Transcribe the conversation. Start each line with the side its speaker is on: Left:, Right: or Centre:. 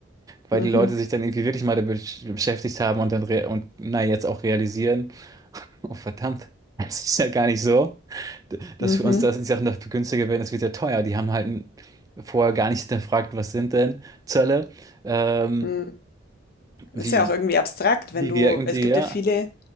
Right: weil
Left: mhm,
Right: die Leute sich dann irgendwie wirklich mal damit beschäftigt haben und dann re und na, jetzt auch realisieren, oh verdammt, <laughs> das ist ja gar nicht so. dass
Left: mhm.
Right: wir uns das, die Sachen noch günstiger werden, das wird ja teuer. Die haben halt vorher gar nicht hinterfragt, was sind denn Zölle, ähm,
Left: mhm. Das
Right: wie,
Left: ist ja auch irgendwie abstrakt,
Right: wie
Left: wenn du,
Right: wirken
Left: es
Right: die,
Left: gibt
Right: ja.
Left: ja viele,